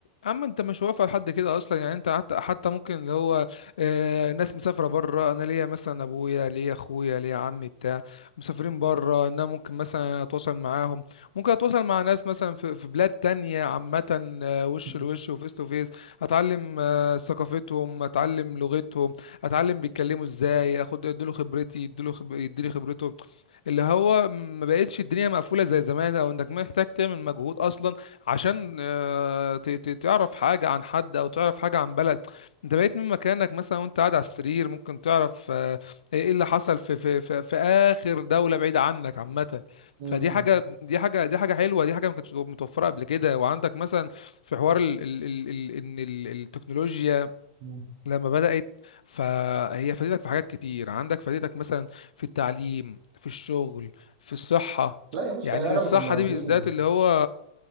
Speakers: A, on the left (about 70°); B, on the right (about 45°).
A: اما انت مش واقف على حد كده اصلا يعني انت حتى حتى ممكن اللي هو آه، ناس مسافره بره انا ليا مثلا ابويا ليا اخويا ليا عمي بتاع مسافرين بره ان انا ممكن مثلا اتواصل معاهم ممكن اتواصل مع ناس مثلا في في بلاد تانية عامه آه، وش
B: م-
A: لوش وفيس تو فيس اتعلم آه، ثقافتهم اتعلم لغتهم اتعلم بيتكلموا ازاي اخد اديله خبرتي اديله خب... يديني خبرته اللي هو ما بقتش الدنيا مقفوله زي زمان او انك محتاج تعمل مجهود اصلا عشان آه، ت- ت- تعرف حاجة عن حد أو تعرف حاجة عن بلد أنت بقيت من مكانك مثلا وأنت قاعد على السرير ممكن تعرف آه، إيه إيه اللي حصل في في في, في آخر دولة بعيدة عنك عامة
B: م-
A: فدي حاجة دي حاجة دي حاجة حلوة دي حاجة ما كانتش متوفرة قبل كده وعندك مثلا في حوار ال ال ال ال إن ال- التكنولوجيا
B: م- م.
A: لما بدأت فهي فادتك في حاجات كتير عندك فادتك مثلا في التعليم في الشغل في الصحة
B: لا يا باشا
A: يعني
B: هي قلبت
A: الصحة
B: الموازين
A: دي بالذات اللي هو